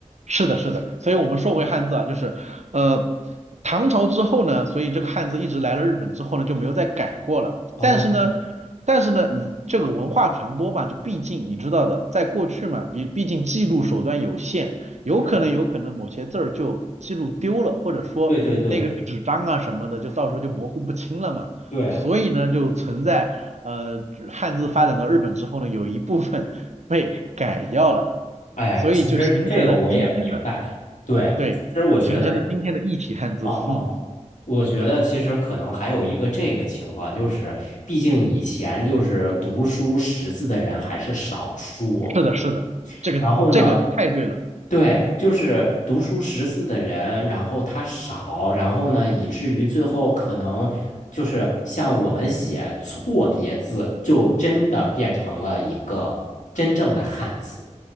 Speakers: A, on the right; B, on the left.
A: 是的，是的，所以我们说回汉字啊，就是，呃，唐朝之后呢，所以这个汉字一直来了日本之后呢，就没有再改过了。
B: 哦，
A: 但是呢，但是呢，你这个文化传播嘛，就毕竟你知道的，在过去嘛，毕毕竟记录手段有限，有可能有可能某些字儿就记录丢了，
B: 是，
A: 或者说那个纸张啊什么的，
B: 对对对
A: 就到时候就模糊不清了嘛。
B: 对，
A: 所以呢，就存在呃汉字发展到日本之后呢，有一部分被改掉了。
B: 哎，
A: 所以就形成了今天的，
B: 其实这个我也明白，对，
A: 对，
B: 其实我觉得，
A: 形成了今天的异体汉字。
B: 哦哦。
A: 嗯，
B: 我觉得其实可能还有一个这个情况，就是毕竟以前就是读书识字的人还是少数，
A: 是的，是的，这个这个太对了，
B: 然后呢，对，就是读书识字的人，然后他少，然后呢，以至于最后可能就是像我们写错别字，就真的变成了一个真正的汉字，